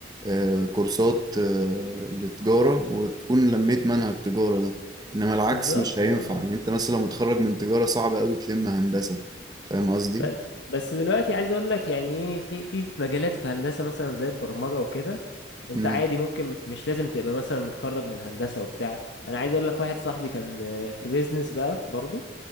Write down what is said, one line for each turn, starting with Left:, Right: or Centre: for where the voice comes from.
Right: آه، كورسات آه، لتجارة وتكون لميت منهج تجارة ده إنما العكس
Left: بالظبط
Right: مش هينفع
Left: اه
Right: يعني أنت مثلا لو متخرج من تجارة صعب أوي تلم هندسة فاهم قصدي؟
Left: بس بس دلوقتي عايز اقول لك يعني ايه في في في مجالات في هندسه مثلا زي البرمجه وكده انت
Right: امم
Left: عادي ممكن مش لازم تبقى مثلا متخرج من هندسه وبتاع انا عايز اقول لك واحد صاحبي كان آه، في بيزنس بقى برضو